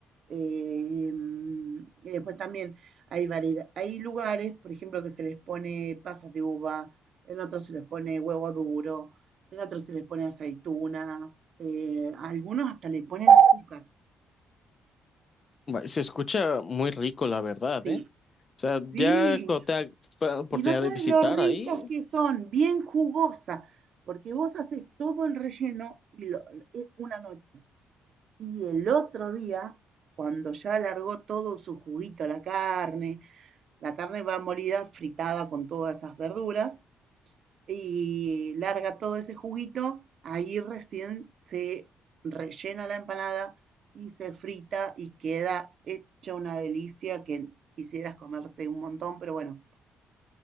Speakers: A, on the right; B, on the left.
A: eh, mm, y después también hay variedad, hay lugares, por ejemplo, que se les pone pasas de uva, en otros se les pone huevo duro, en otros se les pone aceitunas, eh, a algunos hasta le ponen azúcar.
B: Va, Se escucha muy rico, la verdad,
A: Sí,
B: ¿eh? O sea, ya
A: sí.
B: cuando tenga fa- oportunidad
A: Y no sabes
B: de visitar
A: lo ricas
B: ahí,
A: que son, bien jugosas, porque vos haces todo el relleno y lo- eh, una noche. Y el otro día, cuando ya largó todo su juguito, la carne, la carne va molida, fritada con todas esas verduras, y larga todo ese juguito, ahí recién se rellena la empanada y se frita y queda hecha una delicia que quisieras comerte un montón, pero bueno,